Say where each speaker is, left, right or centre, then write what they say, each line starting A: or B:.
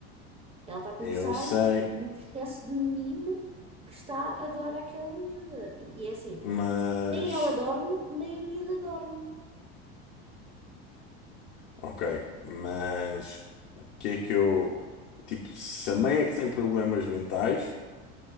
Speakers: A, on the right; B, on the left.
A: Ela está a pensar
B: Eu sei,
A: no excesso de mimo que está a dar àquela miúda. E, e é assim,
B: mas
A: Nem ela dorme, nem a miúda dorme.
B: ok, mas que é que eu, tipo, se a mãe é que tem problemas mentais,